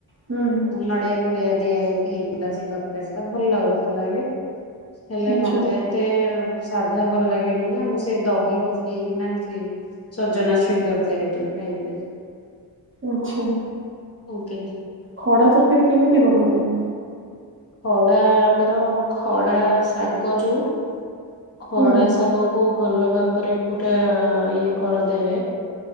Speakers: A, on the right; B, on the left.
A: ହୁଁ
B: ନଡିଆ ଫଡିଆ ଦିଆ ହେଇକି ହେଇଥିଲା ସେ ତରକାରୀଟା ଭଲ ଥେଲା ବି ହେଲେ
A: ଆଚ୍ଛା
B: ମତେ ଏତେ ତେ ସାଧା ଭଲ ଲାଗେନି ନା ମୁଁ ସେ ଦହି ପକେଇ କିନା ସେଇ ସଜନା ଛୁଇଁ ତରକାରୀ ଯୋଉ ଖାଇଲେ,
A: ଆଚ୍ଛା
B: ଓକେ।
A: ଖଡା ତରକାରୀ କେମିତି କରନ୍ତି?
B: ଖଡା ଆମର ଖଡା ଶାଗ ଯୋଉ ଖଡା
A: ହୁଁ।
B: ଶାଗ କୁ ଭଲ ଭାବରେ ପୁରା ଇଏ କରିଦେବେ